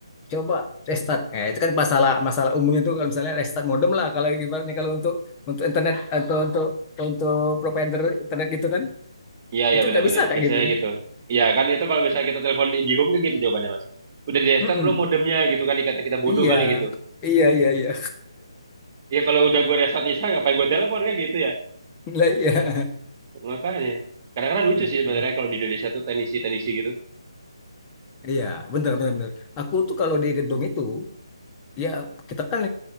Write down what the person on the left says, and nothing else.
coba restart. Nah, itu kan masalah masalah umum itu kalau misalnya restart modem lah kalau ibaratnya kalau untuk untuk internet atau untuk untuk provider internet gitu kan
itu
nggak bisa kayak
gitu.
Mm-mm.
Iya,
iya, iya, iya.
<laughs> Lah, iya.
Mhm.
Iya, benar benar benar. Aku tuh kalau di gedung itu, ya kita kan